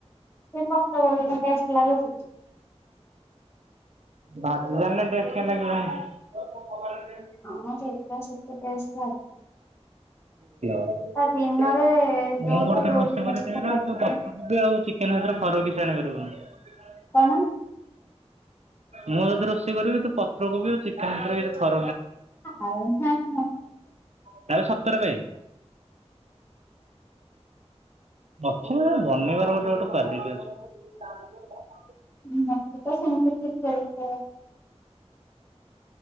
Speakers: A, on the left; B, on the right.
A: ଫକ୍ତ ବ ଟଷ୍ଟ ଲାଗ ସେି
B: ବାଜି ଜାଣିଲେ ଟେଷ୍ଟ କେ ଲାଗିବନ। ଏ କହିଲ
A: ଆମ ସେଗୁଡା ସେତେ ଟେଷ୍ଟ ଲାଗେ
B: ମୁଁ
A: ତା ଦିନରେ
B: ବର୍ତ୍ତମାନ
A: ଯୋଉଟା ଯୋଉ
B: ରୋଷେଇ
A: ଦିନରେ
B: କରିଦିଏ
A: ଭଲ
B: ନା
A: ଲାଗେ।
B: ପର କୋବି ଆଉ ଚିକେନ ଭିତରେ ଫରକ। <unintelligible>
A: କଣ?
B: ମୁଁ ଯଦି ରୋଷେଇ କରିବି ତୁ ପତ୍ର କୋବି ଆଉ ଚିକେନ ଉପରେ <unintelligible>
A: <unintelligible>
B: ତାହେଲେ ସତରେ ବେ। ବଫୁ ବନେଇବାର ଗୋଟେ ଗୋଟେ କ୍ଵାଲିଟି ଅଛି।
A: <unintelligible>